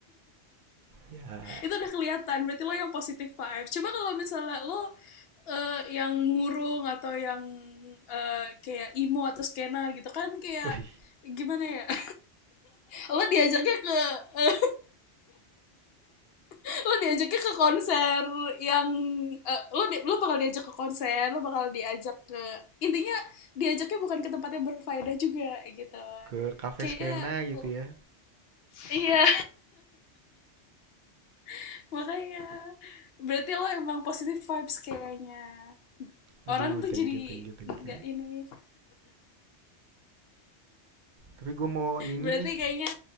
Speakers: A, on the right; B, on the left.
A: Ya,
B: itu udah kelihatan berarti lo yang positif vibe coba kalau misalnya lo eh, yang murung atau yang eh, kayak emo atau skena gitu kan kayak
A: wih,
B: gimana ya <laughs> lo diajaknya ke eh, lo diajaknya ke konser yang eh, lo di- lo bakal diajak ke konser lo bakal diajak ke intinya diajaknya bukan ke tempat yang berfaedah juga gitu
A: ke cafe
B: kayaknya
A: skena gitu
B: oh,
A: ya.
B: iya <laughs> makanya berarti lo emang positive vibes kayaknya
A: Aduh,
B: orang tuh
A: thank
B: jadi
A: you, thank you, thank
B: nggak
A: you.
B: ini
A: Tapi gue mau ini
B: berarti
A: nih,
B: kayaknya